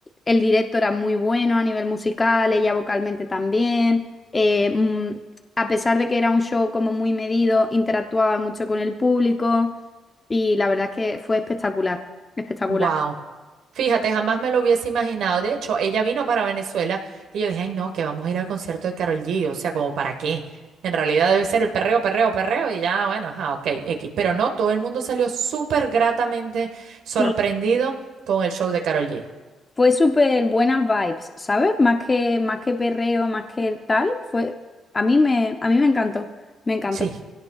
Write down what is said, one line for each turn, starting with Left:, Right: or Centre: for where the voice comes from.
Left: el directo era muy bueno a nivel musical, ella vocalmente también. Eh, mm, a pesar de que era un show como muy medido, interactuaba mucho con el público y la verdad es que fue espectacular, espectacular.
Right: Wow. Fíjate, jamás me lo hubiese imaginado. De hecho, ella vino para Venezuela y yo dije, ay, no, que vamos a ir al concierto de Karol G. O sea, como para qué. En realidad debe ser el perreo, perreo, perreo y ya, bueno, ajá, ok, X. Pero no, todo el mundo salió súper gratamente sorprendido
Left: Sí,
Right: con el show de Karol G.
Left: Fue súper buenas vibes, ¿sabes? Más que, más que perreo, más que tal, fue, a mí me, a mí me encantó, me encantó.
Right: Sí,